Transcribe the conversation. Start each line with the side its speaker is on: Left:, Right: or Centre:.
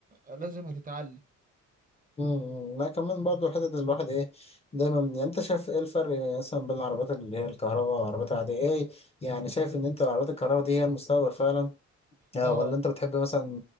Right: آه، لازم هتتعلم
Left: امم لا كمان برضو حتة الواحد ايه دايما يعني انت شايف ايه الفرق مثلا بين العربيات اللي هي الكهرباء والعربيات العادية ايه يعني شايف ان انت العربيات الكهرباء دي هي المستقبل فعلا آه،
Right: اه
Left: ولا انت بتحب مثلا